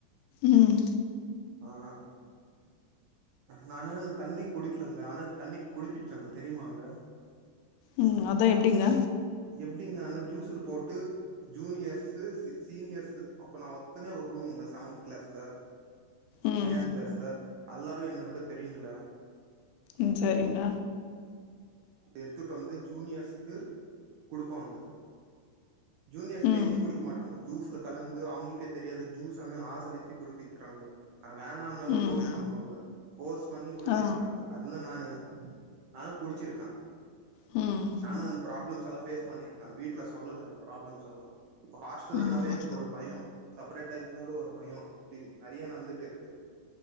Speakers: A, on the left; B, on the right.
A: ம்
B: ஆஹ நானு தண்ணி குடிக்கலங்க ஆனா தண்ணி குடிப்பிச்சாங்க தெரியுமாங்க
A: ம் அதா எப்டிங்க
B: எப்டிங்கன்னா ஜூஸுல போட்டு ஜூனியர்ஸு சீ சீனியர்ஸு அப்ப நான் ஒத்தனே ஒரு ரூம்ங்க செவன்த் கிளாஸ்ல
A: ம்
B: ஏழாங் கிளாஸ்ல அல்லாரு என்ன விட பெரியுங்களா
A: ம் சரிங்க
B: எடுத்துட்டு வந்து ஜூனியர்ஸ்க்கு குடுப்பாங்க ஜூனியர்ஸ்
A: ம்
B: தெரிஞ்சு குடிக்க மாட்டாங்க ஜூஸ்ல கலந்து அவுங்களுக்கே தெரியாத ஜூஸ்ன்னு ஆச வச்சு குடுப்பிக்கிறாங்க அட வேணான்னாலு
A: ம்
B: ஃபோர்ஸ் பண்ணுவாங்க ஃபோர்ஸ் பண்ணி குடுப்ப
A: ஆ
B: வக்கிறாங்க அது இல்ல நானு நானு குடிச்சிருக்க
A: ம்
B: நானு அந்த ப்ராப்ளம்ஸ் எல்லா ஃபேஸ் பண்ணிருக்க வீட்ல சொல்லல அந்த ப்ராப்ளம்ஸ் எல்லா இப்ப ஹாஸ்டலுன்னாவே
A: ம்
B: எனக்கு ஒரு பயோ செப்பரேட்டா இருந்தாலு ஒரு பயோ இப்டி நெறைய நடந்துட்டு இருக்கு